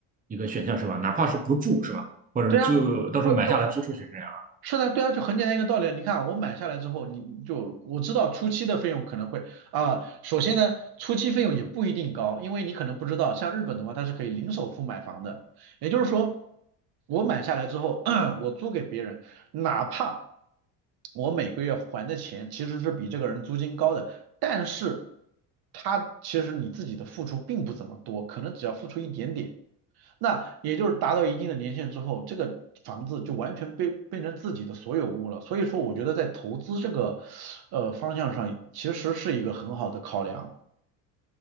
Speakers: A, on the right; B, on the right.
A: 一个选项是吧？哪怕是不住是吧？或者是租，
B: 对啊，
A: 到时候买下来租出去这样。
B: 不，就是的，对啊，就很简单一个道理啊。你看啊我买下来之后，你就我知道初期的费用可能会啊、首先呢，初期费用也不一定高，因为你可能不知道，像日本的话，它是可以零首付买房的，也就是说，我买下来之后，<clears throat> 我租给别人，哪怕我每个月还的钱其实是比这个人租金高的，但是他其实你自己的付出并不怎么多，可能只要付出一点点，那也就是达到一定的年限之后，这个房子就完全被变成自己的所有物了。所以说，我觉得在投资这个呃方向上，其实是一个很好的考量